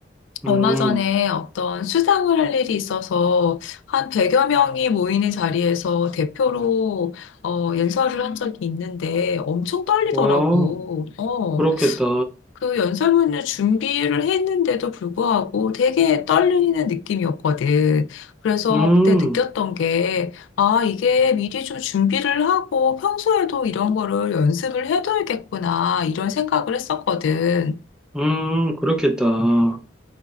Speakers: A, on the left (about 80°); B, in the centre.
A: 얼마
B: 음.
A: 전에 어떤 수상을 할 일이 있어서 한 100여 명이 모이는 자리에서 대표로 어, 연설을 한 적이 있는데 엄청 떨리더라고.
B: 와,
A: 어,
B: 그렇겠다.
A: 그 연설문을 준비를 했는데도 불구하고 되게 떨리는 느낌이었거든. 그래서
B: 음,
A: 그때 느꼈던 게, 아, 이게 미리 좀 준비를 하고 평소에도 이런 거를 연습을 해둬야겠구나, 이런 생각을 했었거든.
B: 음, 그렇겠다.